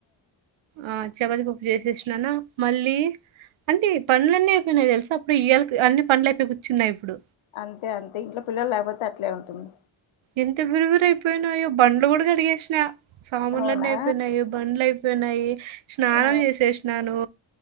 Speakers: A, on the right; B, on the left.
A: ఆ చవతి పప్పు చేసేసిననా మళ్ళీ అంటే పండ్లు అన్నీ అయిపోయినాయి తెలుసా అప్పుడు ఇయల అన్ని పండ్లు అయిపోయి కూర్చున్నాయి ఇప్పుడు
B: అంతే అంతే ఇంట్లో పిల్లలు లేకపోతే అట్లే ఉంటుంది
A: ఎంత బిర బిర అయిపోయినాయో బండ్లు కూడా కడిగేసినా సామాన్లు
B: అవునా
A: అన్నీ అయిపోయినాయో బండ్లు అయిపో నాయి స్నానం
B: ఆ
A: చేసేసినాను